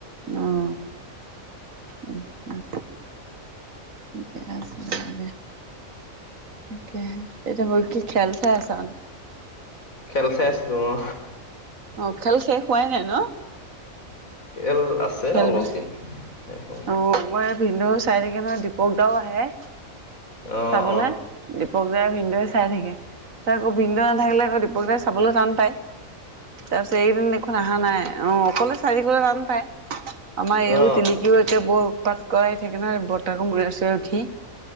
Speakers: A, on the right; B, on the left.
A: অ' উম উম ঠিকে আছে হব দে। কে এতি হ'ল কি খেল চাই আছা মানে?
B: খেল চাই আছিলো অ',।
A: অ', খেল শেষ? পোৱাই নাই ন?
B: এল আছে
A: খেলবিলাক?
B: অলপ দিন। শেষ হ'বলে
A: অ', মই। ভিনদৈ চাই থাকে নহয়। দীপক দাও আহে।
B: অ
A: চাবলৈ
B: অ
A: দি। পগ্ৰেম ভিৱদৈ চাই থাকে। ত আকৈ ভিনদৈ নাথাকিলে আকৈ দীপক দাই চ। চাবলৈ যাম। তাৰপিছত এইদিন দেখোন অহা নাই অ অকলে চাই থাকিবলৈ তান পায় আমাৰ এইও
B: অ
A: টিলিকিও একে বৰ উৎপাত কৰা থাকে নহয় বৰ্তাকৰ মূৰে চুৰে উঠি।